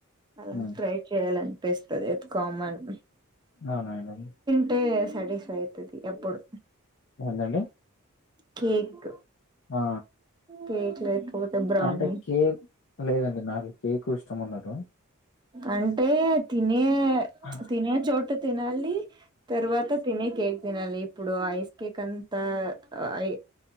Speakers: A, on the right; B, on the left.
A: అలా
B: ఉమ్
A: ట్రై చేయాలనిపిస్తది అది కామన్
B: అవునండి
A: టే సాటిస్ఫై అయితది ఎప్పుడు
B: ఏంటండి
A: కేక్
B: ఆ
A: కేక్ లేకపోతే బ్రౌనీ
B: అంటే కేక్ లేదండి నాకు కేక్ ఇష్టం ఉండదు
A: అంటే తినే
B: ఆ
A: తినే చోటు తినాలి తర్వాత తినే కేక్ తినాలి ఇప్పుడు ఐస్ కేక్ అంతాఐ